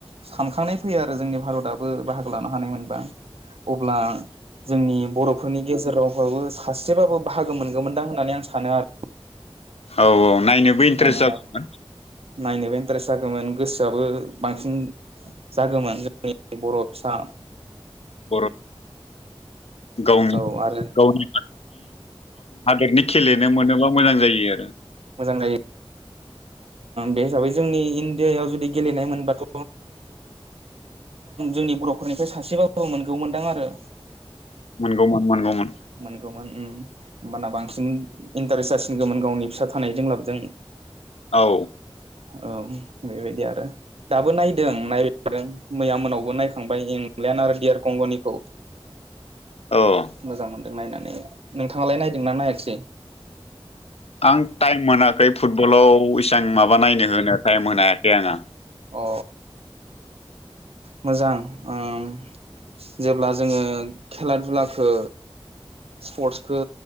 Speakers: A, on the right (about 75°); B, on the left (about 85°).
A: सानखांनाय फैयो आरो जोंनि भारताबो बाहागो लानो हानायमोन। बा अब्ला जोंनि बर'फोरनि गेजेरावबाबो सासेबाबो बाहागो मोनगौमोनदां होननानै आं सानो आरो।
B: औ औ नायनोबो इन्ट्रेस्ट
A: मानोना
B: जागौमोन
A: नायनोबो इन्टारेस्ट जागौमोन गोसोआबो बांसिन जागौमोन जोंनि बर'फिसा
B: बर' गावनि
A: औ आरो
B: गावनि हादोरनि खेलेनो मोनोब्ला मोजां जायो आरो।
A: मोजां जायो। बे हिसाबै जोंनि इण्डियायाव जुदि गेलेनाय मोनबाथ' जोंनि बर'फोरनिफ्राय सासेबाबो मोनगौ मोनदां आरो।
B: मोनगौमोन मोनगौमोन।
A: माने होमबाना बांसिन इन्टारेस जासिनगौमोन गावनि फिसा थानाय जों लाबजों
B: औ
A: औ बेबायदि आरो। दाबो नायदों नायदों मैया मोनावबो नायखांबाय इंलेण्ड आरो इयार कंग'निखौ
B: औ
A: मोजां मोनदों नायनानै नोंथाङालाय नायदोंना नायाखिसै?
B: आं टाइम मोनाखै फुटबलाव इसबां माबा नायनो होनो मोनाखै आङो।
A: अ ओ मोजां ओं। जेब्ला जोङो खेला दुलाखो स्पर्टसखौ